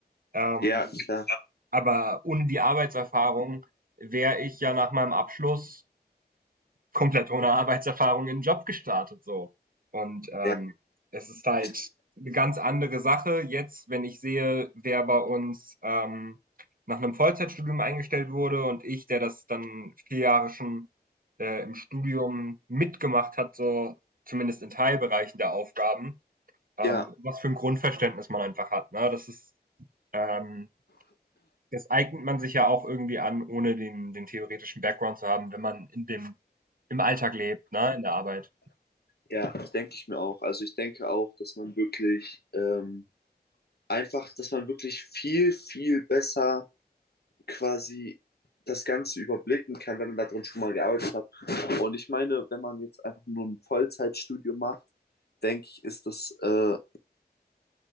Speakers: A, on the right; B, on the left.
A: Ähm,
B: Ja, klar.
A: Aber ohne die Arbeitserfahrung wäre ich ja nach meinem Abschluss komplett ohne Arbeitserfahrung in den Job gestartet so. Und ähm,
B: Ja,
A: es ist halt
B: ich,
A: eine ganz andere Sache. Jetzt, wenn ich sehe, wer bei uns ähm, nach einem Vollzeitstudium eingestellt wurde und ich, der das dann vier Jahre schon äh, im Studium mitgemacht hat, so zumindest in Teilbereichen der Aufgaben, ähm,
B: ja,
A: was für ein Grundverständnis man einfach hat. Ne? Das ist ähm, das eignet man sich ja auch irgendwie an, ohne den, den theoretischen Background zu haben, wenn man in dem, im Alltag lebt, ne, in der Arbeit.
B: ja, das denke ich mir auch. Also ich denke auch, dass man wirklich ähm, einfach, dass man wirklich viel, viel besser quasi das Ganze überblicken kann, wenn man da drin schon mal gearbeitet hat. Und ich meine, wenn man jetzt einfach nur ein Vollzeitstudium macht, denke ich, ist das, äh,